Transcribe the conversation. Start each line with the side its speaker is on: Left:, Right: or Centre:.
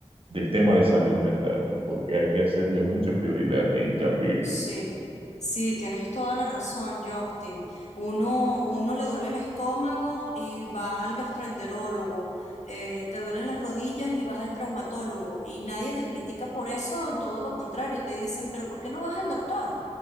Right: del tema de salud mental, porque hay que hacerle mucha prioridad e hincapié.
Left: Sí, sí, tienes toda la razón, Justin. Uno, uno le duele el estómago y va al gastroenterólogo, eh, te duelen las rodillas y vas al traumatólogo y nadie te critica por eso, todo lo contrario, te dicen, pero ¿por qué no vas al doctor?